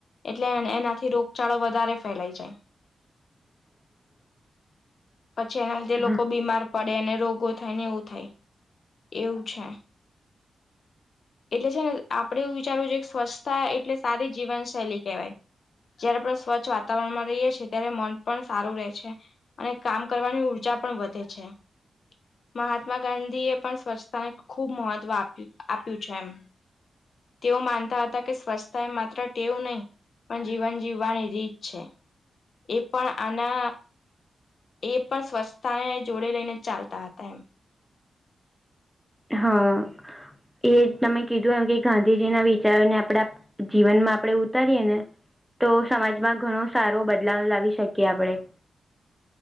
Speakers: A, on the left (about 55°); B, in the centre.
A: એટલે એનાથી રોગચાળો વધારે ફેલાઈ જાય
B: <inaudible>
A: પછી એના લીધે લોકો
B: હા
A: બીમાર પડે અને રોગો થાય ને એવું થાય એવું છે. એટલે છે ને આપડે એવું વિચારવું જો સ્વચ્છતા એટલે સારી જીવનશૈલી કહેવાય. જયારે પણ સ્વચ્છ વાતાવરણમાં રહીએ છ છેીએ ત્યારે મન પણ સારું રહે છે. અને કામ કરવાની ઉર્જા પણ વધે છે. મહાત્મા ગાંધી એ પણ સ્વચ્છતાને ખૂબ મહત્વ આપ આપ્યું છે એમ તેઓ માનતા હતા કે સ્વચ્છતા એ માત્ર ટેવું નહી પણ જીવન જીવવાની રીત છે. એ પણ અને. એ પણ સ્વચ્છતાને જોડે લઈને ચાલતા હતા એમ
B: હા એ તમે કીધું એમ કે ગાંધીજીના વિચારોને આપડા જીવનમાં આપણે ઉતારીએ ને તો સમાજમાં ઘણો. સારો બદલાવ લાવી શકીએ આપણેે.